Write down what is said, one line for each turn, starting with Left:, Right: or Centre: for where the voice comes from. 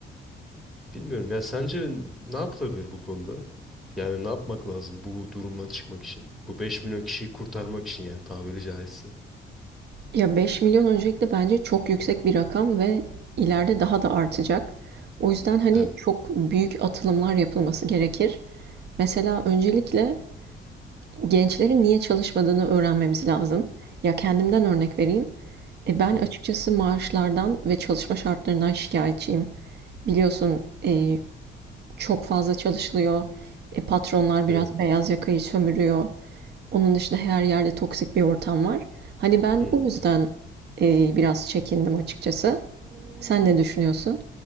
Centre: Bilmiyorum ya sence ne yapılabilir bu konuda? Yani ne yapmak lazım bu durumdan çıkmak için? Bu 5 milyon kişiyi kurtarmak için yani tabiri caizse.
Right: Ya 5 milyon öncelikle bence çok yüksek bir rakam ve ileride daha da artacak. O yüzden hani
Centre: Evet.
Right: çok büyük atılımlar yapılması gerekir. Mesela öncelikle gençlerin niye çalışmadığını öğrenmemiz lazım. Ya kendimden örnek vereyim. E ben
Centre: Hı.
Right: açıkçası maaşlardan ve çalışma şartlarından şikayetçiyim. Biliyorsun e, çok fazla çalışılıyor. E, patronlar biraz
Centre: Evet.
Right: beyaz yakayı sömürüyor. Onun dışında her yerde toksik bir ortam var. Hani ben
Centre: Hı hı.
Right: bu yüzden e, biraz çekindim açıkçası. Sen ne düşünüyorsun?